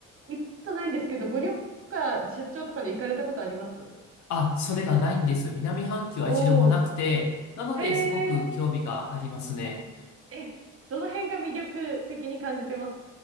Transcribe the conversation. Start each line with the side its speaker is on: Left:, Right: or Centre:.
Right: 行ったことないんですけど、ご旅行とか出張とかで行かれたことあります
Left: あ、それがないんです。南半球は一度もなくて、
Right: おお
Left: なのですごく興味がありますね。
Right: ー、へえ、え、どの辺が魅力的に感じてます